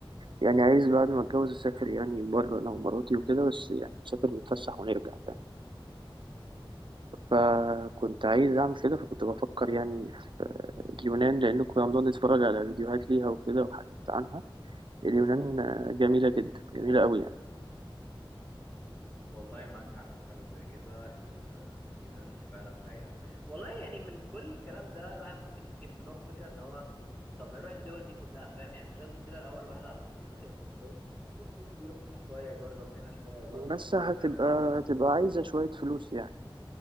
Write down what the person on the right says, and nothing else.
يعني عايز بعد ما اتجوز اسافر يعني بره انا ومراتي وكده بس يعني نسافر نتفسح ونرجع فاهم فكنت عايز اعمل كده فكنت بفكر يعني في اليونان لان كنا بنقعد نتفرج على فيديوهات ليها وكده وحاجات عنها اليونان آه، جميلة جدا جميلة قوي يعني
بس
هتبقى
هتبقى عايزة شوية فلوس يعني